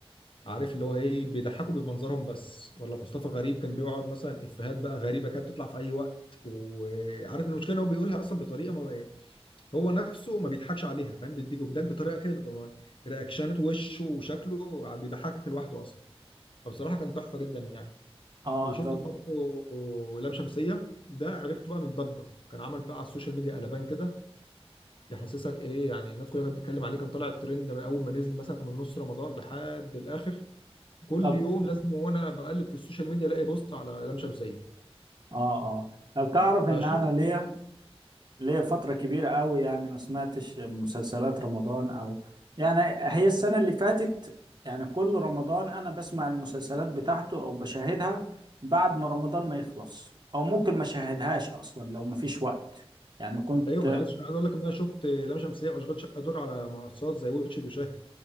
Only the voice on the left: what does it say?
عارف اللي هو ايه بيضحكوا بمنظرهم بس ولا مصطفى غريب كان بيقعد مثلا افيهات بقى غريبة كده بتطلع في اي وقت وعارف إن المشكلة ان هو بيقولها اصلا بطريقة هو نفسه ما بيضحكش عليها فاهم بيديك وبيضحك بطريقه كده بيبقى م- رياكشنات وشه وشكله بيضحكك لوحده اصلا فبصراحه كان تحفه جدا يعني
وشفت
برضه لام شمسيه ده عرفته بقى من الضجه كان عمل بقى على السوشيال ميديا قلبان كده يحسسك ايه يعني الناس كلها كانت بتتكلم عليه كان طالع الترند من اول ما نزل مثلا من نص رمضان لحد الاخر كل
يوم لازم وانا بقلب في السوشيال ميديا الاقي بوست على لام شمسيه
فشفت
ايوه ما أنا عايز عايز اقول لك ان انا شفت لام شمسيه واشغال شقه دول على منصات زي واتشد وشاهد